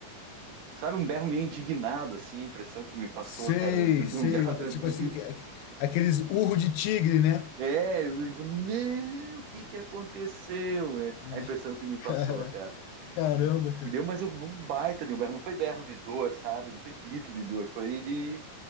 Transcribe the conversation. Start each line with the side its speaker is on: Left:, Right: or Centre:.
Right: Sabe, um berro meio indignado, assim, a impressão que me passou,
Left: Sei,
Right: cara, <laughs>
Left: sei.
Right: um gato...
Left: É Tipo
Right: de-
Left: assim, que- é, aqueles urro de tigre, né?
Right: É, eu, tipo, não, o que que aconteceu, né?
Left: Me-
Right: A impressão que me passou,
Left: Cara,
Right: cara.
Left: caramba, cara.
Right: E deu, mas eu, um baita de um berro, não foi berro de dor, sabe? Não foi grito de dor, foi de...